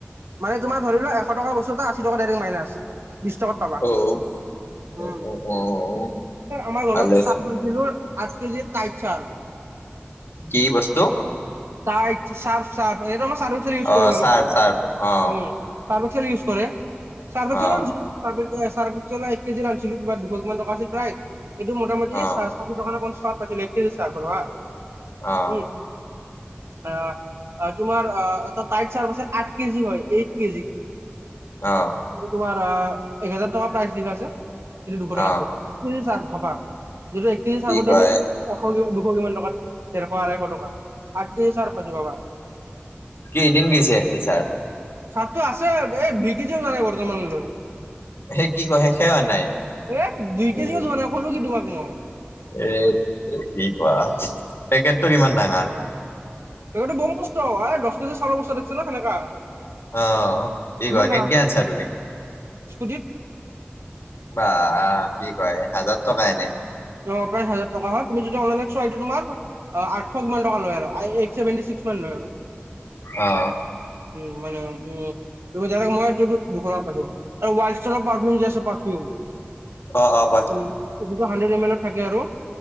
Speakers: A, on the right; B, on the left.
A: মানে তোমাৰ ধৰি লোৱা এশ টকাৰ বস্তু এটা আশী টকা ডাইৰেক্ট মাইনাচ। বিশ টকাত পাবা,
B: অ',
A: উম,
B: অ', অ',
A: আমাৰ ঘৰত
B: ভালে আছে।
A: চাহ কিলোৰ আঠ কেজি <unintelligible> চাৰ
B: কি বস্তু?
A: টাইড চাৰফ চাৰফ এনেটো আমাৰ চাৰফএক্সেল ইউজ
B: অ',
A: কৰে বাৰু
B: চাৰ্ফ চাৰ্ফ অ',
A: উম। চাৰফ এক্সেল ইউজ কৰে ছাৰ্ফ এক্সেল
B: অ',
A: আছিলো। ছাৰ্ফ এক্সেল ছাৰ্ফ এক্সেলৰ এক কেজি আনিছিলো দুশ কিমান টকা আছিল প্ৰায় এইটো মোটামুি
B: অ',
A: চা ষাঠি টকা নে পঞ্চাছ টকাত পাইছিলোঁ এক কেজি ছাৰ্ফট হা
B: অ',
A: উম। অ', তোমাৰ আহ এটা টাইট ছাৰ্ফ আঠ কেজি হয় এইট কেজি।
B: অ'।
A: তোমাৰ এক হেজাৰ টকা প্ৰাইচ লিখা আছে সেইটো দুশ
B: অ',
A: টকাত পাইছো। <unintelligible> কেজি ছাৰ্ফ ভাবা যিটো এক কেজি
B: কি
A: ছাৰ্ফৰ
B: কয়
A: দামে এশ দুশ কিমান টকাত ডেৰশ আঢ়ৈশ টকা। আঠ কেজি ছাৰ্ফ পাইছো ভাবা।
B: কেইদিন গৈছে ছাৰ
A: ছাৰ্ফটো আছে এই দুই কেজিএ ওলোৱা নাই বৰ্তমানলৈ।
B: সেই কি কোৱা শেষে হোৱা নাই।
A: এই দুই কেজিও
B: এ
A: যোৱা নাই ক'লো কি তোমাক মই।
B: এ কি কোৱা পেকেটটো কিমান ডাঙৰ?
A: পেকেটটো বোম মস্ত হাই দহ কেজি চাউলৰ বস্তা দেখিছা না সেনেকা।
B: অহ, কি
A: ইমান
B: কোৱা
A: ডাঙৰ
B: কেনকে আনছা তুমি?
A: স্কুটিত।
B: বা কি কয় এ, হাজাৰ টকা এনেই।
A: আপোনাৰ হাজাৰ টকা হয়। তুমি যদি অনলাইন চোৱা এইটো তোমাৰ অহ, আঠশ কিমান টকা লয় আৰু এইট ছেভেনটি ছিক্স মান লয় আৰু।
B: অহ।
A: উম, মানে উম। তুমি জানা‌ এইটো দুশ টকাত পাইছোঁ আৰু ওৱষ্টানৰ পাৰ্ফিউম যে আছে পাৰ্ফিউম।
B: অহ', অহ'।
A: উম, যিটো হাড্ৰেড এম এল অত থাকে আৰু